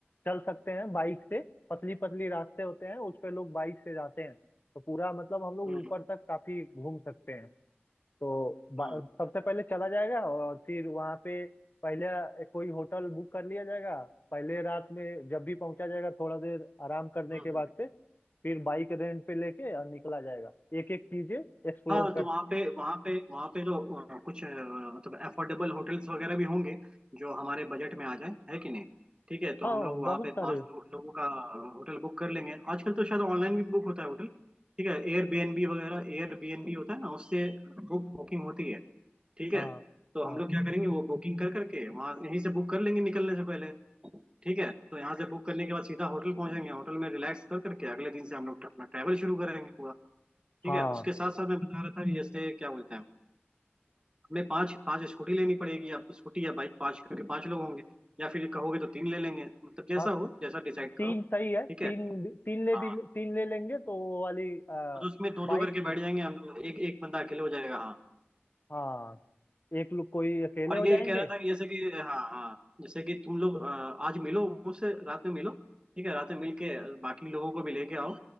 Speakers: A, on the left; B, on the right.
A: चल सकते हैं बाइक से पतली पतली रास्ते होते हैं उस पे लोग बाइक से जाते हैं तो पूरा मतलब हम लोग
B: हम्म
A: ऊपर तक काफी घूम सकते हैं तो बा-
B: हम्म
A: सबसे पहले चला जाएगा और फिर वहाँ पे पहले कोई होटल बुक कर लिया जाएगा पहले रात में जब भी पहुंचा जाएगा थोड़ा देर आराम करने
B: हम्म,
A: के बाद से फिर बाइक रेंट पे लेके और निकला जाएगा एक एक चीजें एक्सप्लोर
B: हाँ तो
A: कर
B: वहाँ पे वहाँ पे वहाँ पे तो अ, कुछ अ, मतलब अफोर्डेबल होटल्स वगैरह भी होंगे जो हमारे बजट में आ जाए है कि नहीं ठीक है तो
A: हाँ
B: हम लोग वहाँ
A: बहुत
B: पे
A: सारे
B: पांच लो, लोगों का होटल बुक कर लेंगे आजकल तो शायद ऑनलाइन भी बुक होता है होटल ठीक है एयरबीएनबी वगैरह एयरबीएनबी होता है ना उससे बुक बुकिंग होती है ठीक है
A: हाँ
B: तो
A: हाँ
B: हम लोग क्या करेंगे वो बुकिंग कर करके वहाँ यहीं से बुक कर लेंगे निकलने से पहले ठीक है तो यहाँ से बुक करने के बाद सीधा होटल पहुंचेंगे होटल में रिलैक्स कर करके अगले दिन से हम लोग अपना ट्रैवल शुरू करेंगे पूरा ठीक
A: हाँ
B: है उसके साथ साथ मैं बता रहा था कि जैसे क्या बोलते हैं हमें पांच पांच स्कूटी लेनी पड़ेगी या स्कूटी या बाइक पांच क्योंकि पांच लोग होंगे या फिर कहोगे तो तीन ले लेंगे मतलब जैसा
A: हाँ
B: हो जैसा डिसाइड करो
A: तीन सही है
B: ठीक
A: तीन
B: है
A: भी- तीन ले
B: हाँ
A: भी तीन ले लेंगे तो वो वाली आ,
B: और उसमें दो
A: बाइक
B: दो करके बैठ जाएंगे हम लोग एक एक बंदा अकेले हो जाएगा हाँ
A: हाँ एक लोग कोई अकेले
B: और
A: हो जाएंगे
B: ये कह रहा था कि जैसे कि हाँ हाँ जैसे कि तुम लोग अ, आज मिलो मुझसे रात में मिलो ठीक है रात में मिल के बाकी लोगों को भी लेके आओ